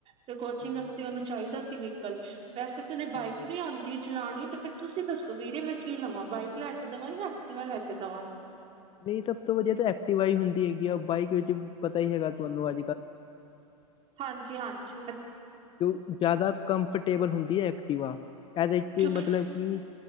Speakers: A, on the right (about 35°); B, on the left (about 30°).
A: ਤੇ ਕੋਚਿੰਗ ਵਾਸਤੇ
B: ਹਾਂਜੀ
A: ਉਹਨੂੰ ਚਾਹੀਦਾ ਸੀ ਵਹੀਕਲ, ਵੈਸੇ ਤਾਂ ਉਹਨੇ ਬਾਈਕ
B: ਹਾਂ
A: ਵੀ ਆਂਦੀ ਚਲਾਣੀ ਤੇ ਫਿਰ ਤੁਸੀਂ ਦੱਸੋ ਵੀਰੇ ਮੈਂ ਕੀ ਲਵਾਂ ਬਾਈਕ ਲੈ ਕੇ ਦਵਾਂ? ਜਾਂ ਐਕਟੀਵਾ ਲੈ ਕੇ ਦਵਾਂ।
B: ਨਹੀਂ ਸਭ ਤੋਂ ਵਧੀਆ ਤਾਂ ਐਕਟਿਵਾਈ ਹੁੰਦੀ ਹੈਗੀ ਆ, ਬਾਈਕ ਵਿੱਚ ਪਤਾ ਹੀ ਹੈਗਾ ਤੁਹਾਨੂੰ ਐ
A: ਹਾਂਜੀ-ਹਾਂਜੀ।
B: ਜ਼ਿਆਦਾ ਕੰਫਰਟੇਬਲ ਹੁੰਦੀ ਐ ਐਕਟਿਵਾ, ਇਹਦੇ ਵਿੱਚ
A: ਕਿਉਂਕਿ
B: ਮਤਲਬ ਕਿ